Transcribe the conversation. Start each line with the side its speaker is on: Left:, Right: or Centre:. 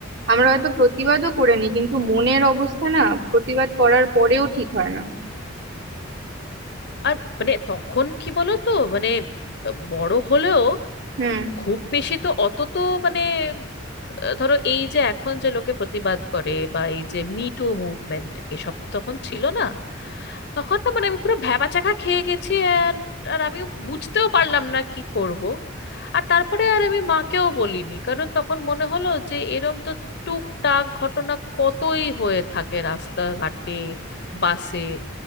Right: আমরা হয়তো প্রতিবাদও করে নি কিন্তু মনের অবস্থা না প্রতিবাদ করার পরেও ঠিক হয় না
Left: আর মানে তখন কি বলো তো মানে আহ, বড় হলেও
Right: হুম
Left: খুব বেশি তো অত তো মানে আহ, ধরো এই যে এখন যে লোকে প্রতিবাদ করে বা এই যে মি টু মুভমেন্ট এসব তখন ছিল না তখন না মানে আমি পুরো ভ্যাবাচ্যাকা খেয়ে গেছি and আর আমিও বুঝতেও পারলাম না কি করব আর তারপরে আর আমি মাকেও বলিনি কারণ তখন মনে হলো যে এরম তো টুকটাক ঘটনা কতই হয়ে থাকে রাস্তাঘাটে বাসে